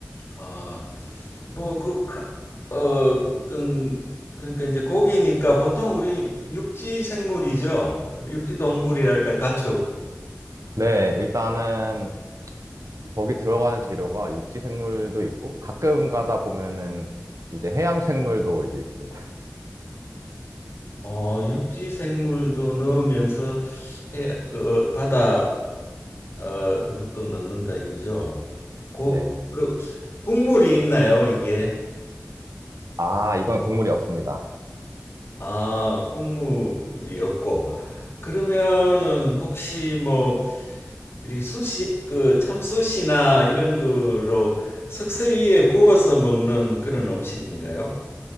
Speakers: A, on the left; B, on the right.
A: 아, 뭐그 어, 어떤 그러니까 이제 고기니까 보통 우리 육지 생물이죠. 육지 동물이랄까요? 가축.
B: 네, 일단은 거기 들어가는 재료가 육지 생물도 있고 가끔 가다 보면은 이제 해양 생물도 이제 있습니다.
A: 어, 육지 생물도 넣으면서 해, 그 바다 어, 그것도 넣는다 이거죠? 고,
B: 네.
A: 그리고 국물이 있나요, 이게?
B: 아, 이건 국물이 없습니다.
A: 아, 국물이 없고. 그러면은 혹시 뭐, 이렇게 수시, 그 참수시나 이런 거로 석쇠 위에
B: 네.
A: 구워서 먹는 그런 음식인가요?